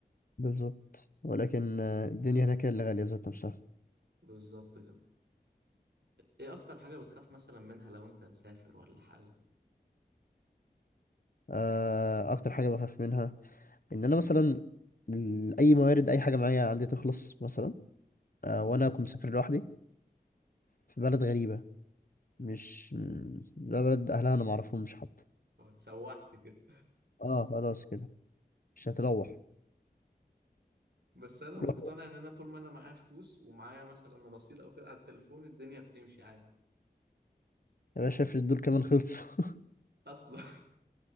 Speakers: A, on the left; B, on the right.
A: بالظبط ولكن آه، الدنيا هناك هي اللي غالية ذات نفسها
B: بالظبط كده ايه أكتر حاجة بتخاف مثلا منها لو انت مسافر ولا حاجة
A: آه، أكتر حاجة بخاف منها إن أنا مثلا ال- أي موارد أي حاجة معايا عندي تخلص مثلا آه،
B: امم
A: وانا كنت مسافر لوحدي في بلد غريبة مش م- ده بلد اهلها انا معرفهمش حتى
B: اه اتسوحت كده
A: اه خلاص كده مش هتروح <laughs>
B: بس أنا مقتنع
A: روح بقى.
B: إن أنا طول ما أنا معايا فلوس ومعايا مثلا رصيد أو كده على التليفون الدنيا بتمشي عادي
A: يا باشا افرض دول كمان خلصوا
B: أصلا